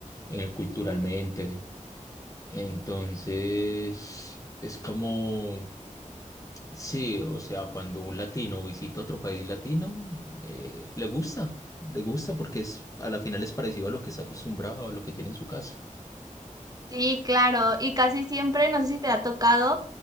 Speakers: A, on the left; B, on the right.
A: eh, culturalmente. Entonces, es como Sí, o sea, cuando un latino visita otro país latino, eh, le gusta, le gusta porque es, a la final es parecido a lo que está acostumbrado, a lo que tiene en su casa.
B: Sí, claro. Y casi siempre, no sé si te ha tocado,